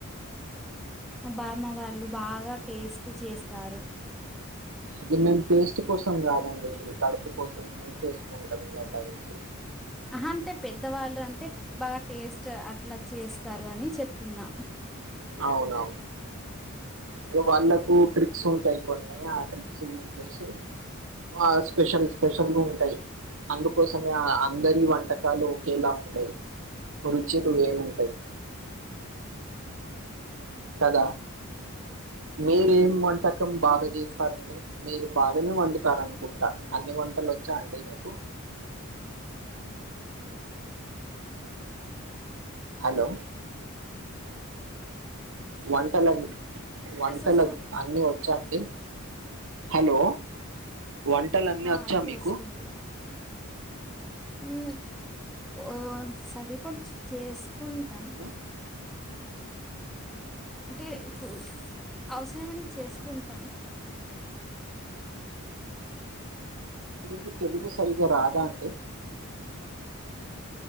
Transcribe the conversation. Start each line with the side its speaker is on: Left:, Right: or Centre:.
Centre: మా బామ్మ వాళ్ళు బాగ టేస్ట్ చేస్తారు
Right: అది మేము పేస్ట్ కోసం కాదండి కడుపు కోసం మీ చేసుకుంటాం ఇగ ఆటైంకి
Centre: ఆ హా అంటే పెద్దవాళ్ళు అంటే బాగా టేస్ట్ అట్లా చేస్తారు అని చెప్తున్నా
Right: అవున ఇగ వాళ్ళకు ట్రిక్స్ ఉంటాయి కొన్ని ఆ ట్రిక్స్ యూస్ చేసి ఆ స్పెషల్ స్పెషల్ ఉంటయ్ అందుకోసమే అ అందరి వంటకాలు ఒకేలా ఉండయి రుచిలు వేరు ఉంటాయి కద మీరేం వంటకం బాగా చేస్తారండి మీరు బాగానే వండుతార అనుకుంటా అన్ని వంటల్ వచ్చా అండి మీకు హలో వంటల్ అన్ని
Centre: వాయిస్
Right: వంటల్
Centre: వస్తు
Right: అన్ని వ వచ్చా అండి హలో వంటలన్నీ
Centre: ఆ
Right: వచ్చా
Centre: ఇప్పుడు
Right: మీకు
Centre: వస్తుంది <unintelligible> చేసుకుంటాం
Right: ఉమ్,
Centre: అంటే ఇప్పుడు అవసరంమని చేసుకుంటాం
Right: మీకు తెలుగు సరిగ రాద అండి